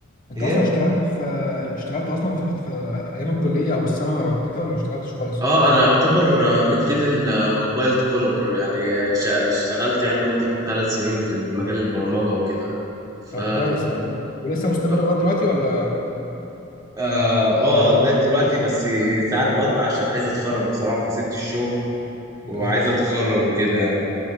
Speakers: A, on the left; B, on the right.
A: انت
B: ايه
A: اصلا اشتغلت في اشتغلت اصلا في, في ايام الكليه او الثانوي او كده ولا ما اشتغلتش خالص
B: اه انا يعتبر ميد ليفل موبايل ديفلوبر يعني آه، شا- اشتغلت يعني مدة ثلاث سنين في مجال البرمجة وكده ف
A: طب كويس يعني ولسه مستمر
B: اه
A: لغايه دلوقتي ولا
B: آه، لغاية دلوقتي بس ساعات بقطع عشان عايز اتخرج بصراحة فسبت الشغل
A: بالظبط
B: وعايز اتخرج
A: ايوه
B: وكده يعني